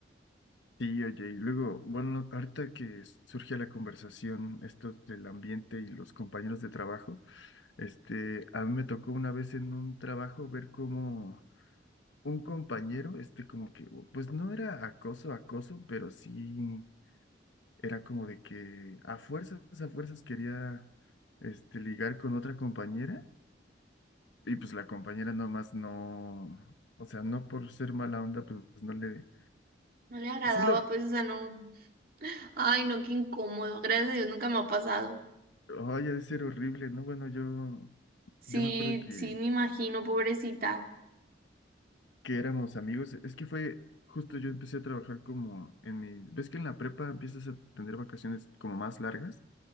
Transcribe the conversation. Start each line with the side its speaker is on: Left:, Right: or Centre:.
Left: Sí, oye, y luego, bueno, ahorita que surge la conversación, esto del ambiente y los compañeros de trabajo, este, a mí me tocó una vez en un trabajo ver cómo un compañero, este, como que, u- pues no era acoso, acoso, pero sí era como de que a fuerzas, a fuerzas quería, este, ligar con otra compañera y pues la compañera nomás no, o sea, no por ser mala onda, pues no le...
Right: No le agradaba,
Left: Sí, lo,
Right: pues, o sea, no. Ay, no, qué incómodo. Gracias a Dios nunca me ha pasado.
Left: Ay, ha de ser horrible, ¿no? Bueno, yo,
Right: Sí,
Left: yo me acuerdo que,
Right: sí, me imagino, pobrecita.
Left: que éramos amigos. Es que fue justo yo empecé a trabajar como en mi... ¿Ves que en la prepa empiezas a tener vacaciones como más largas?